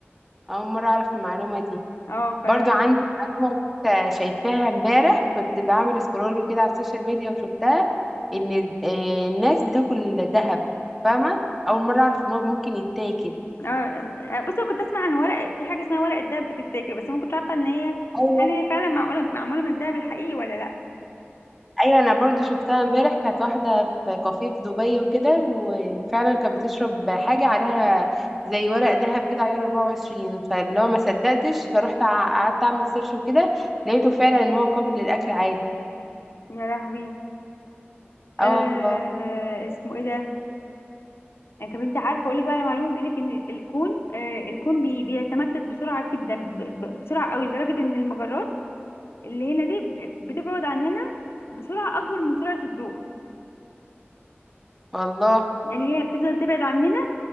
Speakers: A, in the centre; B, on the left (about 70°).
A: أول مرة أعرف المعلومة دي
B: اه ف اه
A: برضو عندي معلومة لسه شايفاها امبارح كنت بعمل سكرول كده على السوشيال ميديا وشفتها إن آه، الناس بتاكل ذهب فاهمة أول مرة أعرف إن هو ممكن يتاكل
B: آه، بصي أنا كنت اسمع عن ورق في حاجه اسمها ورق الدهب بتتاكل بس ما كنتش عارفه ان هي
A: أيوة.
B: هل هي فعلا معقوله معموله من الدهب الحقيقي ولا لا
A: ايوه انا برضو شفتها امبارح كانت واحده في كافيه في دبي وكده وفعلا كانت بتشرب حاجه عليها زي ورق ذهب كده عيار 24 فاللي هو ما صدقتش فروحت ع- قعدت اعمل سيرش وكده لقيته فعلا ان هو قابل للاكل عادي
B: يا لهوي آه
A: اه والله
B: اسمه ايه ده يعني طب انت عارفه اقول لك بقى على معلومه بيقول لك ان الكون آه الكون بي بيتمدد بسرعه جدا ب ب بسرعه قوي لدرجه ان المجرات اللي هنا دي ب- بتبعد عننا بسرعه اكبر من سرعه الضوء
A: والله
B: يعني هي بتفضل تبعد عننا